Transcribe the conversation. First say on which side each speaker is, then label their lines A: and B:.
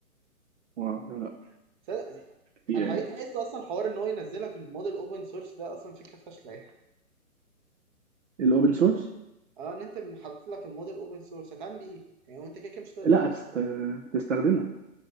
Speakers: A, on the right; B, on the right.
A: و... لا
B: صدق-
A: في
B: انا حبيت احس اصلا حوار ان هو ينزلك الموديل اوبن سورس ده اصلا فكرة فاشلة يعني
A: الاوبن سورس
B: اه ان انت حاطط لك الموديل اوبن سورس هتعمل بيه ايه؟ يعني وانت كده كده مش هتقدر
A: لا
B: تنزله
A: تست... تستخدمه